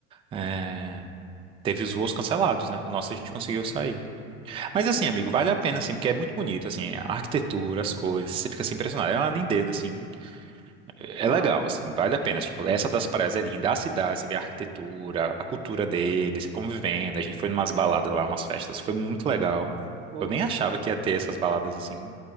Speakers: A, on the right; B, on the right.
A: É, Teve os voos cancelados, né? O nosso a gente conseguiu sair. Mas assim, amigo, vale a pena, assim, porque é muito bonito, assim, a arquitetura, as coisas, você fica assim impressionado. É uma lindeza, assim, é
B: Ah,
A: legal, assim, vale a pena.
B: é,
A: Tipo, essa das praias é linda, a cidade, você vê a arquitetura, a cultura deles, você convivendo. A gente foi numas baladas lá, umas festas, foi muito legal.
B: pô,
A: Eu nem achava que ia ter essas baladas assim.